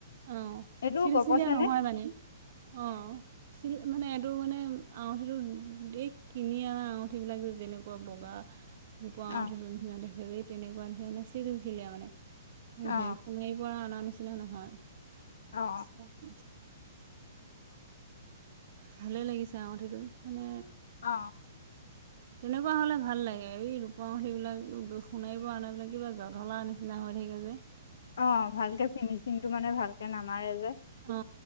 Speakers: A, on the right; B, on the left.
A: অ
B: এইটো
A: চিলচিলিয়
B: গপচে
A: নহয়
B: নে
A: মানে অ চিল মানে এইটো মানে। আঙঠি এই কিনি অনা আঙঠি বিলাক যে যেনেকুৱা বগা। পুৱা
B: অ
A: উঠি দেখেই তেনেকুৱা এ মানে চিলছিলা মানে।
B: অ
A: সে সোণাৰ পৰা অনা নিছিলে নহয়।
B: অ
A: ভালে লাগিছে আঙঠিটো মানে।
B: অ।
A: তেনেকুৱা হলে ভাল লাগে এই ৰূপাঙলীবিলাক সোণাইিব আনাবিলাক কিবা জত হলা নিচিনা হয় থাকে। সেইয়া যে।
B: অ ভালকে ফিনিচিংটো মানে ভালকে নামাৰে যে
A: অ